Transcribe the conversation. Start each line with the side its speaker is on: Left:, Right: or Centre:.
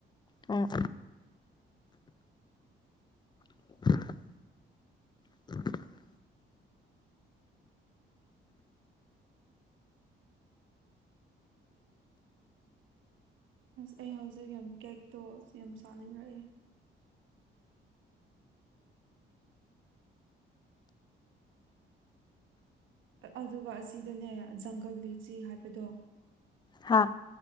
Left: ꯑꯣ <inaudible> <inaudible>
Right: ꯑꯁ ꯑꯩ ꯍꯧꯖꯤꯛ ꯌꯥꯝ ꯀꯦꯛꯇꯣ ꯌꯥꯝ ꯆꯥꯅꯤꯡꯔꯛꯑꯦ ꯑꯗꯨꯒ ꯑꯁꯤꯗꯅꯦ ꯖꯪꯒꯜ ꯂꯤꯁꯤ ꯍꯥꯏꯕꯗꯣ
Left: ꯍꯥꯥ